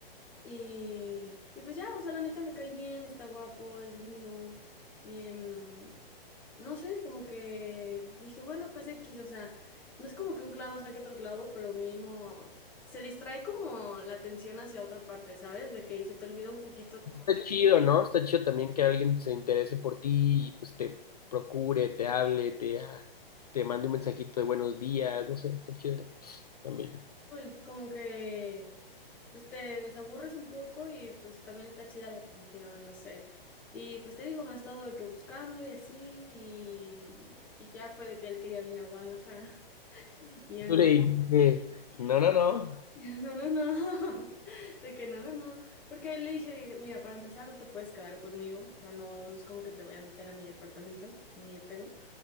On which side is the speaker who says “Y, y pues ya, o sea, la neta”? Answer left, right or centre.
Centre